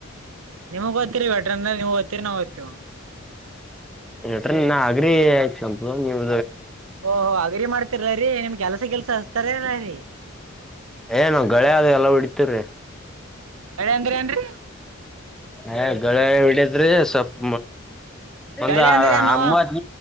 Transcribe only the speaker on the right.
ನಿಮ್ಗ್ ಗೊತ್ತೀರಿ ಬ್ಯಾಟ್ರ ನೀವು್ ಓತ್ತೀರಿ ನಾವ್ ್ತಿೀವಿ
ಓಹೋ ಅಗ್ರಿ ಮಾಡ್ತರ್ರೀ ನಿಮ್ ಕೆಲ್ಸ ಕೆಲ್ಸ ಹಚ್ತಾರರರಿ
ಗಳೇ ಅಂದ್ರ ಏನ್ರಿ
ಗಳೆ ಅಂದ್ರೆ ಏನು